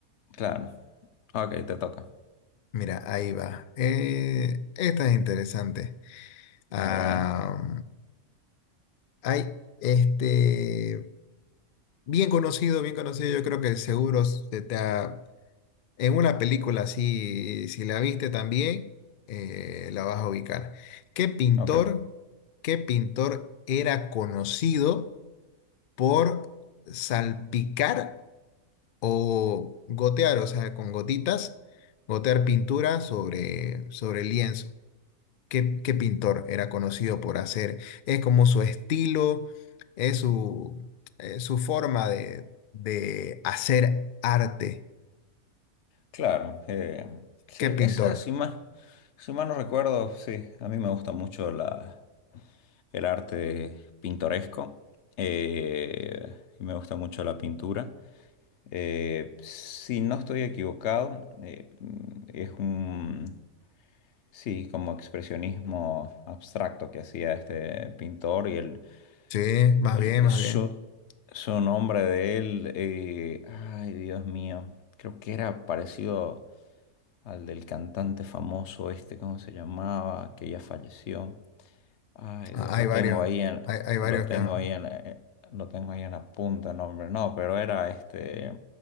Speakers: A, on the left; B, on the left.
A: Claro. Ok, te toca.
B: Mira, ahí va. Eh, esta es interesante. Ah,
A: A ver.
B: hay este bien conocido, bien conocido, yo creo que seguro se te ha- en una película así, si la viste también, eh, la vas a ubicar. ¿Qué pintor,
A: Ok.
B: qué pintor era conocido por salpicar o gotear, o sea, con gotitas, gotear pintura sobre, sobre el lienzo? qué, qué pintor era conocido por hacer. Es como su estilo, es su, eh, su forma de, de hacer arte.
A: Claro. eh, sí,
B: ¿Qué pintor?
A: esa, si más, si mal no recuerdo, sí, a mí me gusta mucho la, el arte pintoresco. eh, y me gusta mucho la pintura. Eh, si no estoy equivocado, eh, es un... Sí, como expresionismo abstracto que hacía este pintor y el,
B: Sí, más
A: el-
B: bien, más
A: su,
B: bien.
A: su nombre de él, eh, ay Dios mío, creo que era parecido al del cantante famoso este, ¿cómo se llamaba? Que ya falleció. Ay
B: Ah,
A: Dios,
B: Hay
A: lo
B: varios,
A: tengo ahí en,
B: hay, hay varios
A: lo tengo
B: acá.
A: ahí en, eh, lo tengo ahí en la punta, el nombre, no, pero era este,